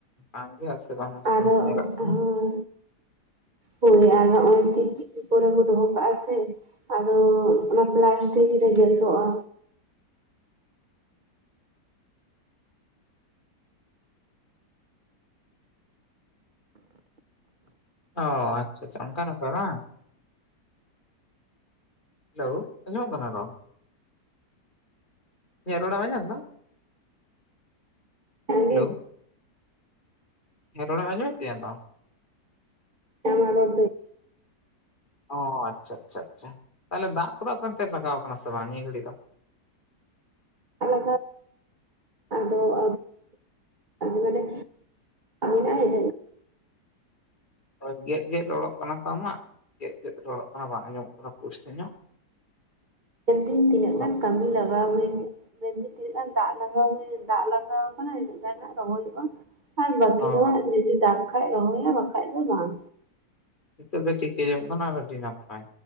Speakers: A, on the left (about 30°); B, on the right (about 50°).
A: ᱟᱸᱴ ᱜᱮᱭᱟ ᱥᱮ ᱵᱟᱝ <unintelligible>
B: ᱟᱨᱚ
A: ᱧᱮᱞᱚᱜ ᱠᱟᱱᱟ
B: ᱦᱳᱭ ᱦᱳᱭ ᱟᱨ ᱱᱚᱜᱼᱚᱭ ᱪᱤᱠ-ᱪᱤᱠᱤ ᱠᱚᱨᱮ ᱠᱚ ᱫᱚᱦᱚ ᱠᱟᱜᱼᱟ ᱥᱮ ᱟᱫᱚ ᱚᱱᱟ ᱯᱞᱟᱥᱴᱤᱠ ᱨᱮ ᱜᱮᱥᱚᱜᱼᱟ
A: ᱚ ᱟᱪᱪᱷᱟ ᱟᱪᱪᱷᱟ ᱚᱱᱠᱟᱱ ᱵᱮᱯᱟᱨ ᱵᱟᱝ ᱦᱮᱞᱳ ᱚᱡᱚᱢᱚᱜ ᱠᱟᱱᱟ ᱨᱚᱲ ᱤᱧᱟᱜ ᱨᱚᱲᱮᱢ ᱟᱸᱡᱚᱢ ᱮᱫᱟ....
B: ᱟᱸᱡᱚᱢ
A: ᱦᱮᱞᱳ ᱦᱮ ᱨᱚᱲᱮᱢ ᱟᱸᱡᱚᱢᱮᱫ ᱛᱤᱧᱟ ᱛᱚ?
B: <unintelligible>
A: ᱚ ᱟᱪᱪᱷᱟ ᱟᱪᱪᱷᱟ ᱟᱪᱪᱷᱟ ᱛᱟᱦᱚᱞᱮ ᱫᱟᱜ ᱠᱚᱫᱚ ᱟᱯᱛ ᱞᱟᱜᱟᱣ ᱠᱟᱱᱟ ᱥᱮ ᱵᱟᱝ ᱱᱤᱭᱟᱹ ᱜᱷᱟᱹᱲᱤ ᱫᱚ
B: ᱟᱞᱟᱫᱟ <inaudible> ᱟᱫᱚ <inaudible> ᱟᱫᱚ <inaudible> ᱢᱟᱱᱮ ᱟᱵᱤᱱᱟᱜ <unintelligible>
A: ᱦᱳᱭ ᱜᱮᱫ ᱜᱮᱫ ᱨᱚᱲᱚᱜ ᱠᱟᱱᱟ ᱛᱚ ᱟᱢᱟᱜ ᱜᱮᱫ ᱜᱮᱫ ᱨᱚᱲᱚᱜ ᱠᱟᱱᱟ ᱵᱟᱝ ᱟᱸᱡᱚᱢᱚᱜ ᱠᱟᱱᱟ ᱯᱩᱥᱴᱟ. ᱧᱚᱜ
B: ᱢᱮᱱᱫᱤᱧ ᱛᱤᱱᱟᱹᱜ
A: ᱚ
B: ᱜᱟᱱ ᱠᱟᱹᱢᱤ ᱞᱟᱜᱟᱣ ᱦᱩᱭ ᱢᱮᱱᱫᱧ ᱛᱤᱱᱟᱹᱜ ᱜᱟᱱ ᱫᱟᱜ ᱞᱟᱜᱟᱣ ᱦᱩᱭᱜ ᱫᱟᱜ ᱞᱟᱜᱟᱣ ᱠᱟᱱᱟ ᱤᱱᱟᱹᱜ ᱜᱟᱱ ᱦᱟᱜ ᱨᱚᱦᱚᱭᱚᱜᱼᱟ ᱟᱨ ᱵᱟᱠᱤ ᱫᱚ
A: ᱦᱳᱭ
B: ᱡᱩᱫᱤ ᱫᱟᱜᱼᱼ ᱵᱟᱠᱟᱱ ᱨᱚᱦᱚᱭᱟ ᱵᱟᱠᱷᱟᱡ ᱫᱚ ᱵᱟᱝ
A: ᱱᱤᱛᱚᱜ ᱫᱚ ᱴᱷᱤᱠᱟᱹ ᱭᱟᱢ ᱚᱱᱟ ᱟᱨ ᱟᱹᱰᱤ ᱱᱟᱯᱟᱭ